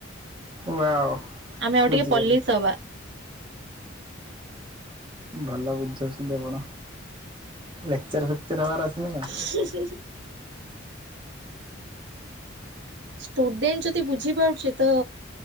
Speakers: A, on the right; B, on the right.
A: ୱାଓ।
B: ଆମେ ଆଉ
A: ବୁଝିଗଲି
B: ଟିକେ ପଲ୍ଲିସ ହବା।
A: ଭଲ ବୁଝଉଛନ୍ତି ଆପଣ ଲେକ୍ଚର ଫେକ୍ଚର ହେବାର ଅଛିନା କଣ??
B: ହୁଁ ହୁଁ ହୁଁ। ଷ୍ଟୁଡେଣ୍ଟ ଯଦି ବୁଝିପାରୁଚି ତ